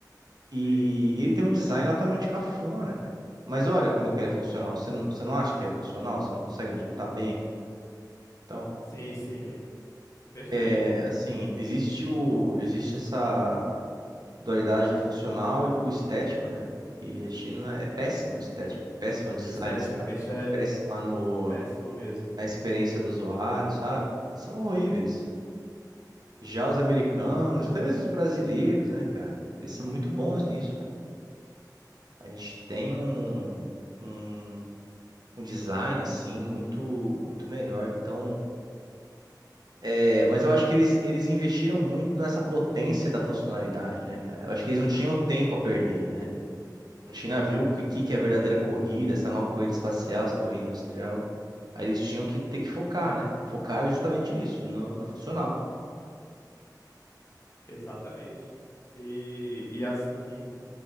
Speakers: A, on the right (about 65°); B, on the left (about 45°).
A: E
B: Sim,
A: ele tem um design altamente cafona, cara. Mas olha como que ele é funcional. Você não, você não acha que é funcional? Você não consegue me escutar bem? Então,
B: sim, sim, é. Perfeito.
A: é, assim, existe o, existe essa dualidade do funcional e com o estético, né? E a China é péssima no estético, péssima no design
B: Esteticamente
A: estético,
B: é
A: péssima no,
B: péssimo mesmo.
A: na experiência do usuário, sabe? Eles são horríveis. Já os americanos, até mesmo os brasileiros, né, cara? Eles são muito bons nisso, cara. A gente tem um um- um design assim muito muito melhor. Então, é, mas eu acho que eles, eles investiram muito nessa potência da funcionalidade, né, cara? Eu acho que eles não tinham tempo a perder, né? A China viu o que, que que é a verdadeira corrida, essa nova corrida espacial, essa corrida industrial. Aí eles tinham que ter que focar, né, cara? Focaram justamente nisso, no, no funcional.
B: Exatamente. E, e assim,